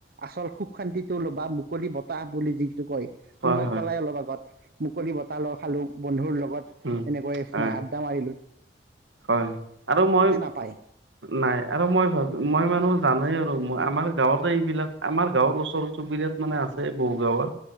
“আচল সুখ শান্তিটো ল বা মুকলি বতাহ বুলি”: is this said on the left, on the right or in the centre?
Right